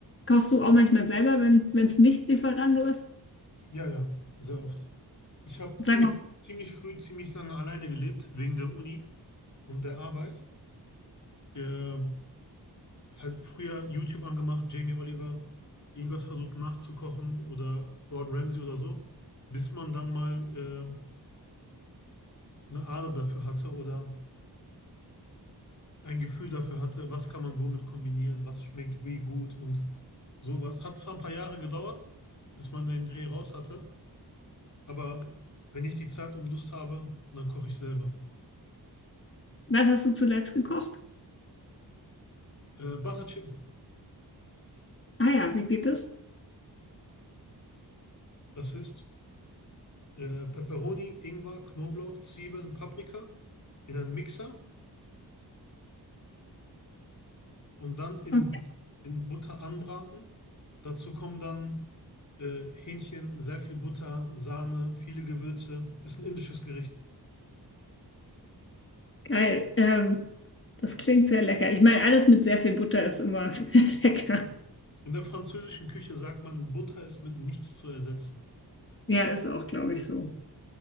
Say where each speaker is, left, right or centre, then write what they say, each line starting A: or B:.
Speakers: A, on the left; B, on the left.
A: Kochst du auch manchmal selber, wenn wenn es nicht Lieferando ist?
B: Ja, ja, sehr oft. Ich habe ziemlich,
A: Sag mal,
B: ziemlich früh, ziemlich lange alleine gelebt, wegen der Uni und der Arbeit. Ähm, halt früher YouTube angemacht, Jamie Oliver, irgendwas versucht nachzukochen oder Gordon Ramsay oder so, bis man dann mal ähm, eine Ader dafür hatte oder ein Gefühl dafür hatte, was kann man womit kombinieren, was schmeckt wie gut und sowas. Hat zwar ein paar Jahre gedauert, bis man den Dreh raus hatte, aber wenn ich die Zeit und Lust habe, dann koche ich selber.
A: was hast du zuletzt gekocht?
B: Äh, Butter Chicken.
A: Ah ja, wie geht es
B: Das ist äh, Peperoni, Ingwer, Knoblauch, Zwiebeln, Paprika in einen Mixer und dann in,
A: Okay,
B: in Butter anbraten. Dazu kommen dann äh, Hähnchen, sehr viel Butter, Sahne, viele Gewürze. Ist ein indisches Gericht.
A: geil. Ähm, das klingt sehr lecker. Ich meine, alles mit sehr viel Butter ist immer <laughs> sehr lecker.
B: In der französischen Küche sagt man, Butter ist mit nichts zu ersetzen.
A: Ja, ist auch, glaube ich, so.